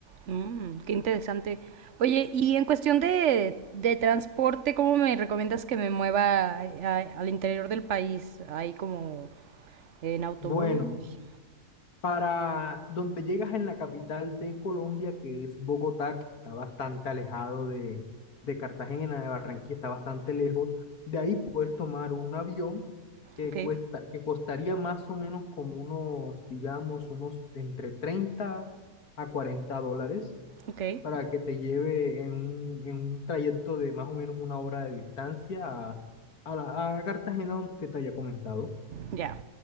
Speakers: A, on the right; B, on the left.
A: Mm, qué interesante. Oye, y en cuestión de, de transporte, ¿cómo me recomiendas que me mueva a- a- al interior del país? Ahí como en autobús,
B: Bueno, Para donde llegas en la capital de Colombia, que es Bogotá, que está bastante alejado de, de Cartagena, de Barranquilla, está bastante lejos, de ahí puedes tomar un avión que
A: ok,
B: cuesta, que costaría más o menos como unos, digamos, unos entre treinta a cuarenta dólares
A: ok.
B: para que te lleve en un, en un trayecto de más o menos una hora de distancia a, a, la- a Cartagena, donde- que te haya comentado.
A: Ya.